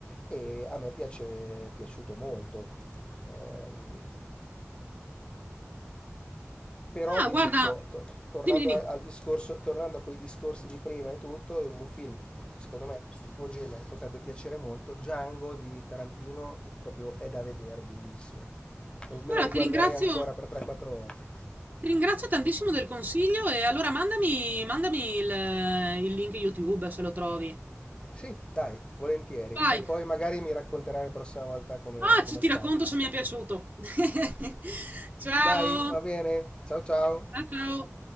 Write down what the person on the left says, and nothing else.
e a me piace, è piaciuto molto. Ehm, Però
ti
dico, to- tornando
a- al discorso, tornando a quei discorsi di prima e tutto, un film, secondo me, sul tuo genere potrebbe piacere molto, Django di Tarantino proprio è da vedere, bellissimo. Me
lo riguarderei
ancora per 3-4 volte.
Sì, dai, volentieri.
E poi magari mi racconterai la prossima volta come,
come
è stato.
Dai, va bene. Ciao ciao.